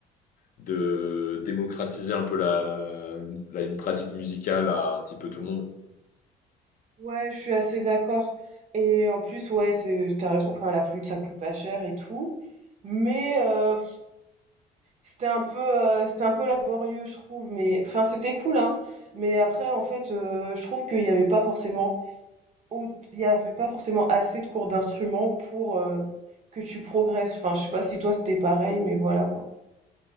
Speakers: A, on the left; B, on the right.
A: de démocratiser un peu la, la- une pratique musicale à un petit peu tout le monde.
B: Ouais, je suis assez d'accord. Et en plus ouais, c'est t'as raison, enfin la flûte ça coûte pas cher et tout, mais euh, c'était un peu euh, c'était un peu laborieux je trouve, mais enfin c'était cool hein. Mais après en fait euh, je trouve qu'il n'y avait pas forcément Ou il y avait pas forcément assez de cours d'instruments pour euh, que tu progresses. Enfin, je sais pas si toi c'était pareil, mais voilà quoi.